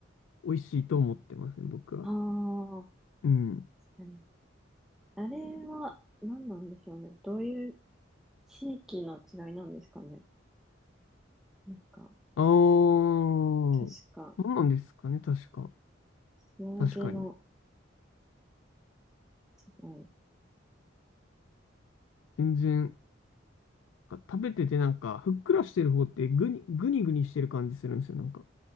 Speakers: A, on the left (about 80°); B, in the centre.
A: 美味しいと思ってますね、僕は。
B: <laughs> ああ、
A: うん。
B: うんあれは何なんでしょうね。どういう地域の違いなんですかね。なんか、
A: ああ、そ
B: 確か、
A: うなんですかね、確か。
B: 薄揚げの
A: 確かに。
B: 違い。
A: 全然、なんか食べててなんか、ふっくらしてる方ってぐに、ぐにぐにしてる感じするんですよ。なんか、